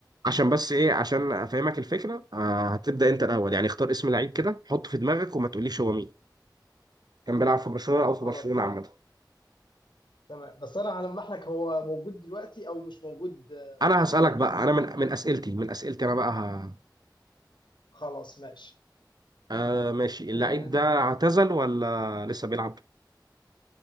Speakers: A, on the right; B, on the left.
A: عشان بس ايه عشان افهمك الفكره آه هتبدا انت الاول يعني اختار اسم لعيب كده حطه في دماغك وما تقوليش هو مين كان بيلعب في برشلونه او في
B: خلاص
A: برشلونه عامه
B: تمام بس انا هلمح لك هو موجود دلوقتي او مش موجود آه،
A: انا هسالك
B: حاليا
A: بقى انا من من اسئلتي من اسئلتي انا بقى ه...
B: خلاص ماشي
A: آه ماشي
B: آه،
A: اللعيب ده اعتزل ولا لسه بيلعب؟